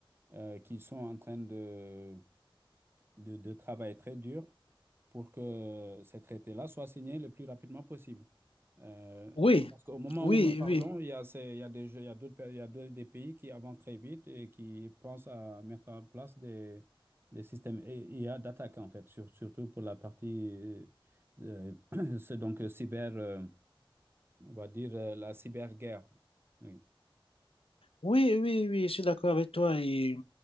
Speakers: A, on the right; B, on the left.
A: euh, qui sont en train de, de, de travailler très dur pour que ces traités-là soient signés le plus rapidement possible. Euh,
B: Oui,
A: parce qu'au moment
B: oui,
A: où nous parlons,
B: oui,
A: il y a, ces- il y a des jeux- il y a d'autres, pays- il y a d'autres- des pays qui avancent très vite et qui pensent à mettre en place des, des systèmes I- IA d'attaque, en fait, sur- surtout pour la partie, euh, euh, <clears throat> c'est donc euh, cyber, euh, on va dire euh, la cyberguerre. Oui.
B: oui, oui, oui, je suis d'accord avec toi. Et